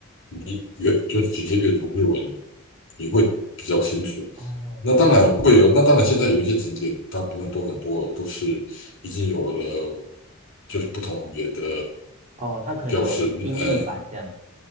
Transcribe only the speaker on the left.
你阅就直接阅读日文，你会比较清楚。
那当然会有，
那当然现在有一些景点，大部分都很多都是已经有了，就是不同语言的
标识，呃，